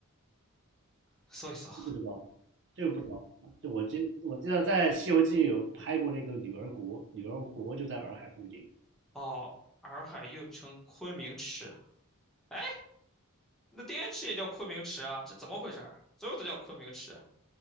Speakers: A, in the centre; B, on the right.
A: 搜一搜。
B: 不知道，这个不知道。就我记我记得在《西游记》有拍过那个女儿国，女儿国就在洱海附近。
A: 哦，洱海又称昆明池。哎，那滇池也叫昆明池啊？这怎么回事儿？所有都叫昆明池啊，